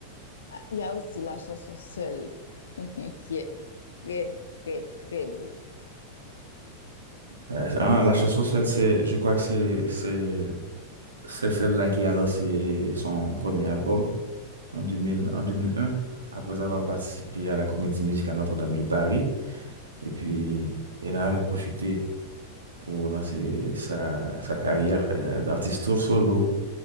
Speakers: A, on the left; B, on the right.
A: Ah, Il y a aussi la chanson Seule, <laughs> qui est très, très, très beau.
B: Ouais, c'est- ah, la chanson seule, c'est, je crois que c'est, c'est C'est celle-là qui a lancé son premier album en 2000, en 2001, après avoir participé à la comédie musicale Notre-Dame de Paris. Et puis,
A: Mhm.
B: elle en avait profité pour lancer sa, sa carrière euh, d'artiste solo.